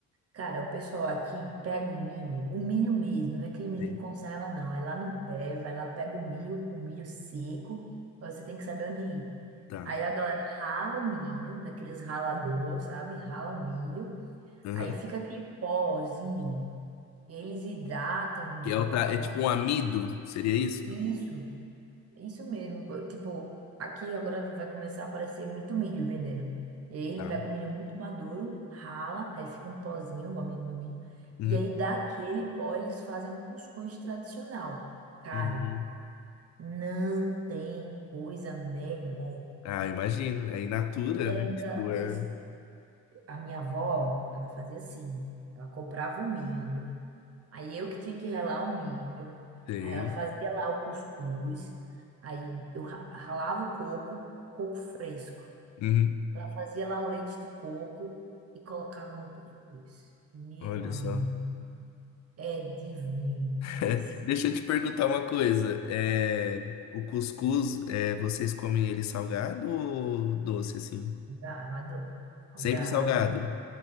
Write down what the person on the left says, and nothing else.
Sei.
Tá.
Aham.
Que é,
o,
ta-
é tipo um amido, seria isso?
Tá.
Uhum.
Uhum.
Ah, imagino. É in natura,
né? Tipo, é.
Tem.
Uhum.
Olha
só.
<laughs>
Deixa
eu te perguntar uma coisa. É... O cuscuz, é... vocês comem ele salgado ou doce, assim?
Sempre salgado.